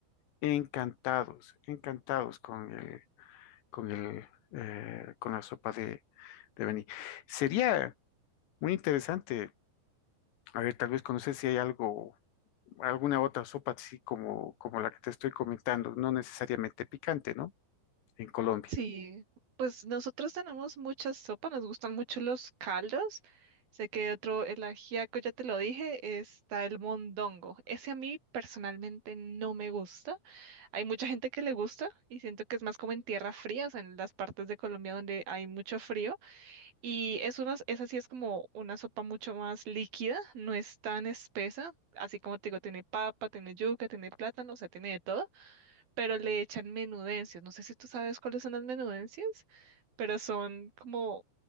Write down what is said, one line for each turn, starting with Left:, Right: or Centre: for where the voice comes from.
Left: encantados, encantados con el, con el, eh, con la sopa de, de maní. Sería muy interesante, a ver, tal vez conocer si hay algo alguna otra sopa así como, como la que te estoy comentando, no necesariamente picante, ¿no? En Colombia.
Right: Sí, pues nosotros tenemos muchas sopas, nos gustan mucho los caldos. Sé que otro, el ajiaco, ya te lo dije, está el mondongo. Ese a mí personalmente no me gusta. Hay mucha gente que le gusta y siento que es más como en tierra fría, o sea, en las partes de Colombia donde hay mucho frío. Y es una, esa sí es como una sopa mucho más líquida, no es tan espesa. Así como te digo, tiene papa, tiene yuca, tiene plátano, o sea, tiene de todo pero le echan menudencias. No sé si tú sabes cuáles son las menudencias, pero son como,